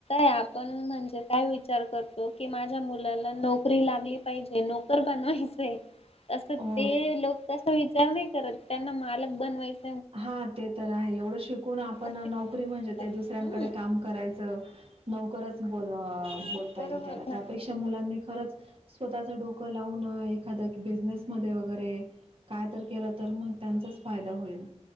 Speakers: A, on the left; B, on the right.
A: आपण म्हणजे काय विचार करतो क माझ्या मु नोकरी लाली पाहिजे नोकर बनवायचंय असं ते
B: हो.
A: लोक त विचार नाही करत त्यांना मालक बनवायचे
B: हा ते तर आहे एवढं शिकून आपण
A: शिक्षण
B: नोकरी म्हणजे ते दुसऱ्यां
A: हम्म
B: कडे काम करायचं लवकरच बोल बोलता
A: बरोबर
B: येईल त्याला
A: ना
B: त्यापेक्षा मुलांनी खरंच स्वतःचं डोकं लावून एखाद बिझनेस मध्ये वगैरे काय तर केलं तर मग त्यांचाच फायदा होईल